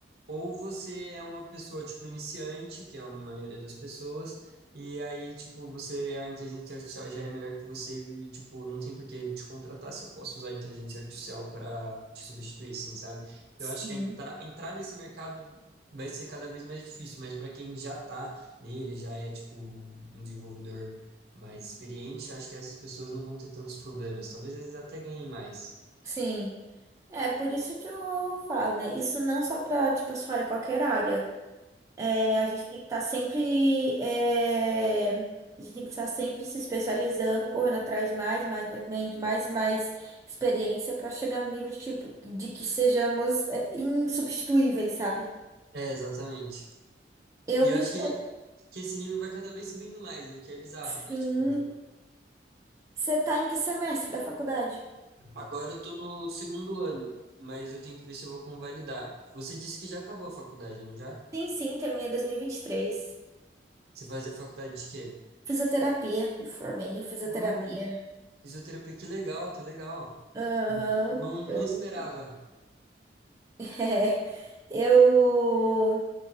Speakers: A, on the right; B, on the right.
A: ou você é uma pessoa, tipo, iniciante, que é a maioria das pessoas, e aí, tipo, você, a inteligência artificial já é melhor que você e, tipo, não tem por que eu te contratar se eu posso usar a inteligência artificial para te substituir, assim, sabe?
B: Sim.
A: Eu acho que entrar, entrar nesse mercado vai ser cada vez mais difícil, mas para quem já tá nele, já é, tipo, um desenvolvedor mais experiente, acho que essas pessoas não vão ter tantos problemas. Talvez eles até ganhem mais.
B: Sim. É por isso que eu falo, né? Isso não só pra, tipo, a sua área, qualquer área. É, a gente tem que estar sempre. é, a gente tem que estar sempre se especializando e correndo atrás de mais, mais conhecimento, mais, mais experiência para chegar no nível de, tipo, de que sejamos é, insubstituíveis, sabe?
A: É, exatamente.
B: Eu
A: E
B: me
A: eu acho
B: formei.
A: que, que esse nível vai cada vez subindo mais, o que é bizarro,
B: Sim.
A: né? Tipo,
B: Você tá em que semestre da faculdade?
A: agora eu tô no segundo ano, mas eu tenho que ver se eu vou convalidar. Você disse que já acabou a faculdade, não já?
B: Sim, sim, terminei dois mil e e vinte e três
A: Você fazia faculdade de quê?
B: Fisioterapia, me formei em fisioterapia.
A: Ah, fisioterapia, que legal, que legal.
B: Aham,
A: Não,
B: eu.
A: não esperava.
B: É, eu.